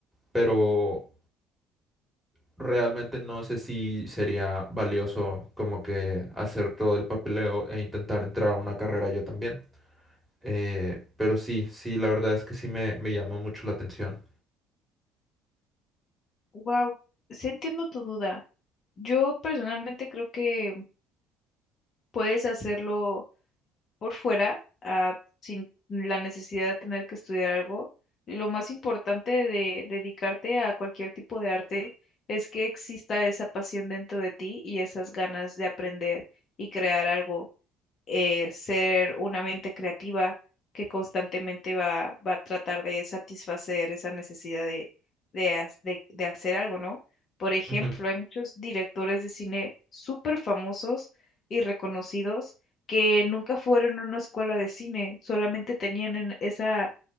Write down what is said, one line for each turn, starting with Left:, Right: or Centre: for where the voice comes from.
Centre: pero realmente no sé si sería valioso como que hacer todo el papeleo e intentar entrar a una carrera yo también. Eh, pero sí, sí, la verdad es que sí me, me llamó mucho la atención.
Left: Wow, sí entiendo tu duda. Yo personalmente creo que puedes hacerlo por fuera, ah, sin la necesidad de tener que estudiar algo, lo más importante de dedicarte a cualquier tipo de arte es que exista esa pasión dentro de ti y esas ganas de aprender y crear algo eh, ser una mente creativa que constantemente va, va a tratar de satisfacer esa necesidad de, de, ha- de- de hacer algo, ¿no? Por ejemplo,
Centre: Ujú,
Left: hay muchos directores de cine súper famosos y reconocidos que nunca fueron a una escuela de cine, solamente tenían en- esa,